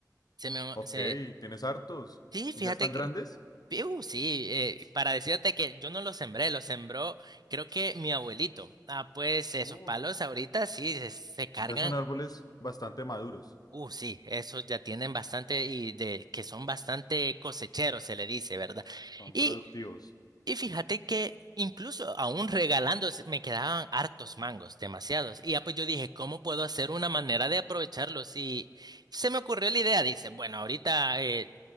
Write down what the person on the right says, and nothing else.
Se me
se
sí, fíjate
que
uh, sí, eh, para decirte que yo no los sembré, los sembró creo que mi abuelito. Ah, pues esos
palos ahorita sí se, se cargan.
Uh, sí, esos ya tienen bastante y de que son bastante cosecheros, se le dice, ¿verdad?
Y
Y fíjate que incluso aún regalando me quedaban hartos mangos, demasiados. Y ya pues yo dije, ¿cómo puedo hacer una manera de aprovecharlos? Y se me ocurrió la idea, dice, bueno, ahorita eh,